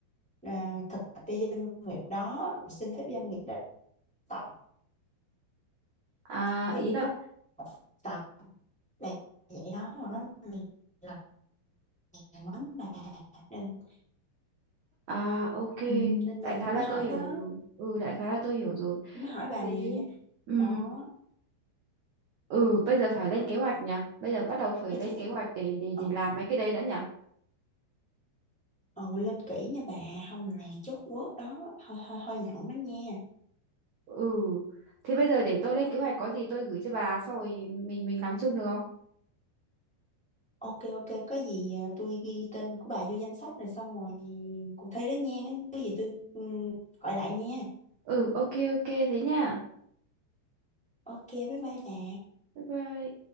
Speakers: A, in the centre; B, on the right (about 55°).
A: à, thực tập cho doanh nghiệp đó rồi xin phép doanh nghiệp đó tập
B: À
A: giáo
B: ý là
A: tập là vậy đó mà nó là nhằn lắm bà nên
B: à ok,
A: ừ, nên là
B: đại khái
A: tôi mới
B: là
A: hỏi
B: tôi hiểu
A: đó
B: rồi. Ừ đại khái là tôi hiểu rồi.
A: tôi mới hỏi bà
B: Thế
A: nè
B: ừ
A: đó
B: ừ bây giờ phải lên kế hoạch nhỉ. Bây giờ bắt đầu phải
A: thôi,
B: lên
A: thôi,
B: kế hoạch để để
A: ờ,
B: để làm mấy cái đấy đã nhỉ.
A: ờ lên kỹ nha bà không là chốt quớt đó hơi hơi hơi nặng đó nha
B: Ừ. Thế bây giờ để tôi lên kế hoạch có gì tôi gửi cho bà sau rồi mình mình làm chung được không?
A: ok ok có gì à, tôi ghi tên của bà vô danh sách rồi xong rồi cuộc thi đó nha cái gì tôi ừ, gọi lại nha
B: Ừ ok ok thế nha.
A: ok bye bye bà
B: Bye bye.